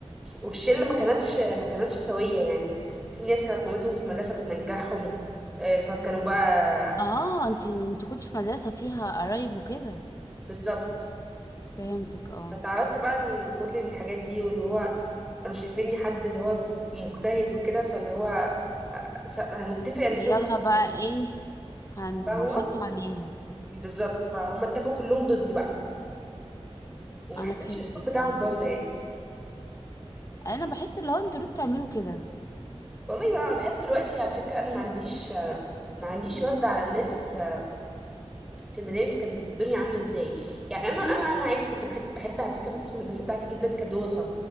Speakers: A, in the centre; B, on the left.
A: والشله ما كانتش ما كانتش سويه يعني في ناس كانت مامتهم في المدرسه بتنجحهم آه، فكانوا بقى
B: اه انتي انت كنت في مدرسه فيها قرايب وكده
A: بالظبط
B: فهمتك اه
A: فتعودت بقى لكل الحاجات دي واللي هو كانوا شايفيني حد اللي هو مجتهد وكده فاللي هو س- هنتفق ان احنا
B: يلا
A: نقسم
B: بقى ايه هن...
A: فاهمة
B: هنحط عليها
A: بالظبط فهم اتفقوا كلهم ضدي بقى وما
B: انا
A: حبيتش
B: فهمتك
A: الاسلوب بتاعهم
B: ايوه
A: برضه يعني
B: انا بحس اللي هو انتوا ليه بتعملوا كده
A: والله بقى لحد دلوقتي على فكرة انا ما عنديش ما عنديش رد على الناس في المدارس كانت الدنيا عاملة ازاي يعني انا انا انا عادي كنت بحب بحب على فكرة فترة المدرسة بتاعتي جدا كدراسة